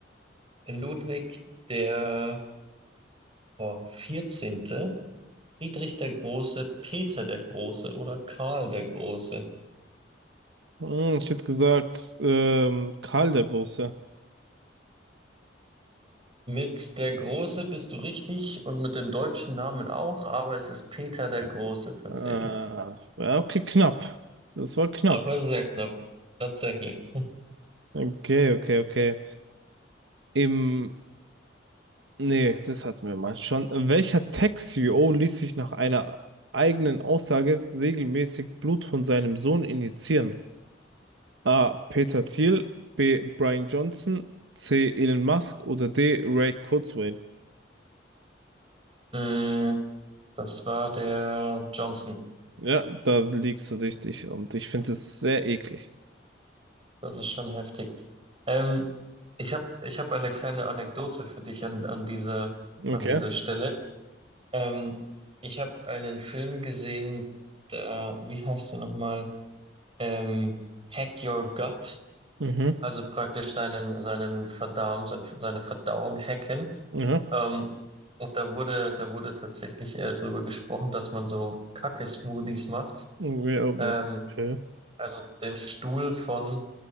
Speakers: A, on the right; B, on the right.
A: Ludwig der boah, 14., Friedrich der Große, Peter der Große oder Karl der Große.
B: Hm, ich hätte gesagt, ähm, Karl der Große.
A: Mit der Große bist du richtig und mit dem deutschen Namen auch, aber es ist Peter der Große tatsächlich.
B: Äh, ja, okay, knapp. Das war knapp.
A: Aber sehr knapp, tatsächlich.
B: Okay, okay, okay. Im, nee, das hatten wir mal schon. Welcher Tech-CEO ließ sich nach einer eigenen Aussage regelmäßig Blut von seinem Sohn injizieren? A. Peter Thiel, B. Brian Johnson, C. Elon Musk oder D. Ray Kurzweil?
A: Mm, das war der Johnson.
B: Ja, da liegst du richtig und ich finde es sehr eklig.
A: Das ist schon heftig. Ähm, ich habe ich hab eine kleine Anekdote für dich an, an dieser,
B: Okay.
A: an dieser Stelle. Ähm, ich habe einen Film gesehen, der, wie heißt der nochmal? Ähm, Hack Your Gut,
B: Mhm.
A: also praktisch seinen, seinen Verdarm, sein, seine Verdauung hacken.
B: Mhm.
A: Ähm, und da wurde, da wurde tatsächlich äh, drüber gesprochen, dass man so Kacke-Smoothies macht.
B: Irgendwie auch-
A: Ähm,
B: Okay.
A: also den Stuhl von